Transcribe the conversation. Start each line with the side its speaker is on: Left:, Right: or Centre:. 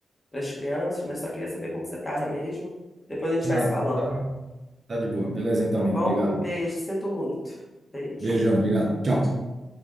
Left: das crianças, mas só queria saber como você estava mesmo. Depois a gente
Right: Não,
Left: vai se falando,
Right: tá, tá de boa. Beleza, então,
Left: tá
Right: linda.
Left: bom?
Right: Obrigado.
Left: Um beijo, sinto muito. Beijo.
Right: Beijão, obrigado. Tchau.
Left: Tchau, tchau.